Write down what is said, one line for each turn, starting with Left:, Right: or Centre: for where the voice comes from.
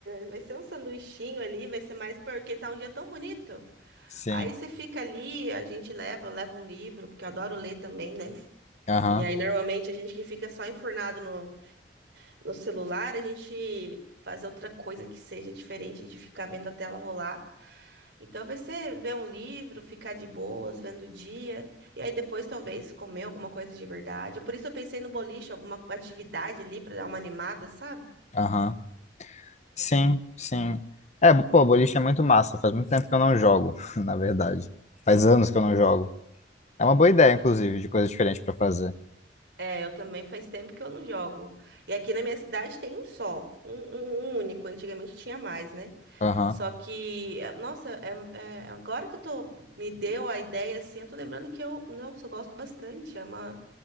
Right: vai ser um sanduichinho ali, vai ser mais porque tá um dia tão bonito.
Left: Sim.
Right: Aí você fica ali, a gente leva, eu levo um livro, porque eu adoro ler também, né?
Left: Aham,
Right: E aí normalmente a gente que fica só enfurnado no, no celular, a gente fazer outra coisa que seja diferente de ficar vendo a tela rolar. Então vai ser ver um livro, ficar de boas, vendo o dia, e aí depois talvez comer alguma coisa de verdade. Por isso eu pensei no boliche, alguma atividade ali para dar uma animada, sabe?
Left: aham. Sim, sim. É, pô, boliche é muito massa. Faz muito tempo que eu não jogo, <laughs> na verdade. Faz anos que eu não jogo. É uma boa ideia,
Right: Eu
Left: inclusive,
Right: ta-
Left: de coisa diferente pra fazer.
Right: é, eu também faz tempo que eu não jogo. E aqui na minha cidade tem um só, um, um- um único. Antigamente tinha mais, né?
Left: Aham,
Right: Só que, eh, nossa, é, é- agora que eu tô, me deu a ideia, assim, eu tô lembrando que eu, nossa, eu gosto bastante. É uma,